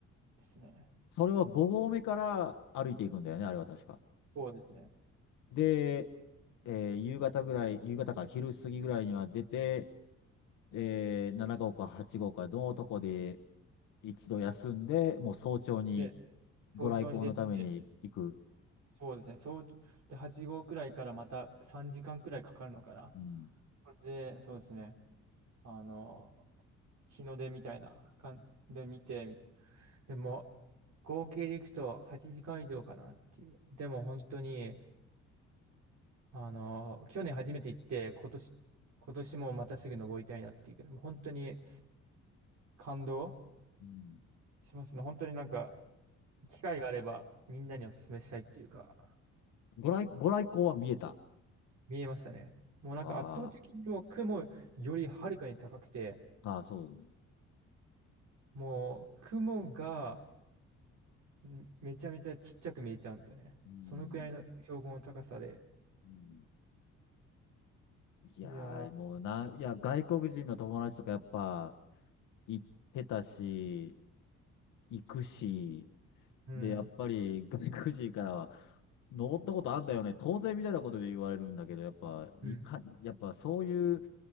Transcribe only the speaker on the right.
ですね。
そうですね。
で、早朝に出て、
そうですね。早朝、で、8号くらいからまた3時間くらいかかるのかな。
で、そうですね。あの、日の出みたいな感じで見て、みでも、合計でいくと8時間以上かなっていう。でも本当に、あの、去年初めて行って、今年、今年もまたすぐ登りたいなっていうけど、もう本当に感動
しますね。本当になんか、機会があればみんなにお勧めしたいっていうか、
見えましたね。もうなんか圧倒的にもう雲よりはるかに高くて、
もう雲がんめちゃめちゃちっちゃく見えちゃうんですよね。
そのくらいの標高の高さで。
いやー、
うん、
うん、